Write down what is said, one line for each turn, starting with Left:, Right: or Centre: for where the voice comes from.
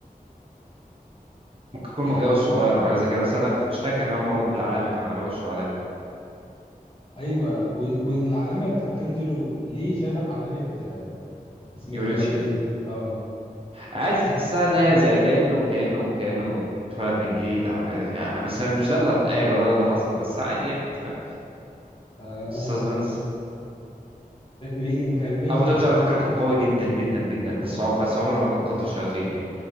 Right: ممكن يكون
Left: يعني
Right: متجوز صغير او حاجة زي كده بس انا كنت فاكر ان هو مولود بالعلامة كان على وشه علامة
Left: ايوه و- والعلامه بتاعت تنزله ليه شبه علامه آه، اسمه
Right: يوريتشي
Left: ايه ده الراجل اه
Right: عادي تحسها ان هي زي كأنه كأنه كأنه اتولد من جديد او حاجة يعني بس مش ده اللي اتقال ولا ده اللي حصل بس عادي يعني انت فاهم
Left: اه
Right: سسبنس
Left: ري انكارنيشن
Right: ابو تنج
Left: يعني
Right: على فكره كان قوي جدا جدا جدا بس عم- بس عمره ما كان قاتل شياطين يعني